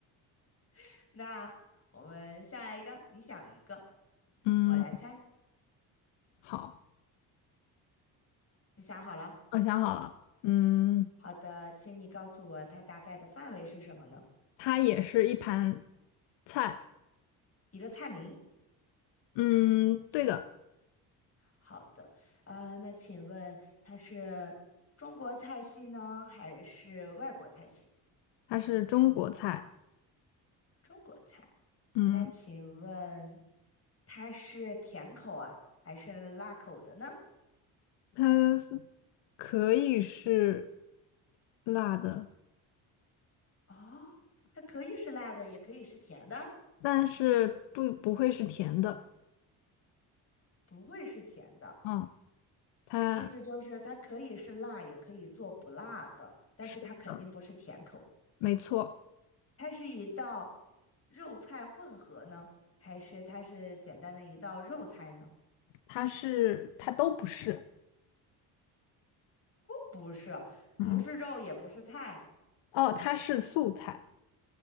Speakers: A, on the left; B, on the left.
A: <laughs> 那我们下来一个，你想一个，
B: 嗯，
A: 我来猜。
B: 好，
A: 你想好了？
B: 我想好了。嗯，
A: 好的，请你告诉我它大概的范围是什么呢？
B: 它也是一盘菜。
A: 一个菜名。
B: 嗯，对的。
A: 好的，啊、那请问它是中国菜系呢，还是外国菜系？
B: 它是中国菜，
A: 中国菜。
B: 嗯，
A: 那请问它是甜口啊，还是辣口的呢？
B: 它是可以是辣的，
A: 哦，它可以是辣的，也可以是甜的，
B: 但是不不会是甜的，
A: 不会是甜的。
B: 嗯，它
A: 意思就是它可以是辣，也可以做不辣的，但是它肯定不是甜口。
B: 是的，没错，
A: 它是一道肉菜混合呢，还是它是简单的一道肉菜呢？
B: 它是它都不是，
A: 不是，
B: 嗯，
A: 不是肉，也不是菜，
B: 哦，它是素菜，